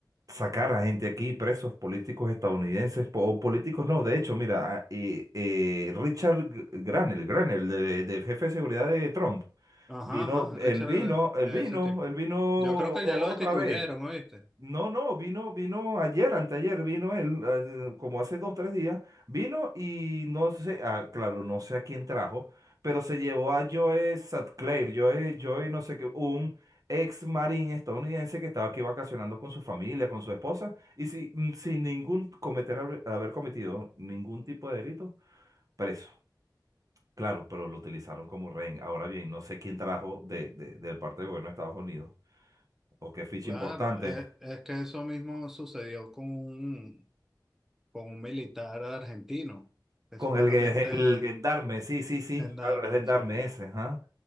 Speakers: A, on the right; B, in the centre.
A: sacar a gente aquí, presos políticos estadounidenses, po- o políticos no, de hecho, mira, ah, eh, eh, Richard G- Granel, Granel, de, de jefe de seguridad de Trump,
B: Ajá,
A: vino,
B: ajá,
A: él
B: Richard,
A: vino, él
B: eh,
A: vino,
B: ese tipo.
A: él vino o-
B: Yo creo que
A: o-
B: ya lo
A: otra
B: destituyeron,
A: vez.
B: ¿oíste?
A: No, no, vino, vino ayer, anteayer, vino él, ah, eh, como hace dos, tres días, vino y no sé, ah, claro, no sé a quién trajo, pero se llevó a Joe Sutcliffe, Joe, Joe no sé qué, un ex marín estadounidense que estaba aquí vacacionando con su familia, con su esposa, y si- mm, sin ningún cometer, haber haber cometido ningún tipo de delito, preso. Claro, pero lo utilizaron como rehén. Ahora bien, no sé quién trajo de, de, del parte del gobierno de Estados Unidos, o qué ficha
B: Claro,
A: importante.
B: eh, es, que eso mismo sucedió con un, con un militar argentino, que
A: Con
B: supuestamente
A: el, ge- el
B: es
A: gendarme, sí, sí, sí,
B: gendarme,
A: claro, el gendarme
B: sí.
A: ese, ajá.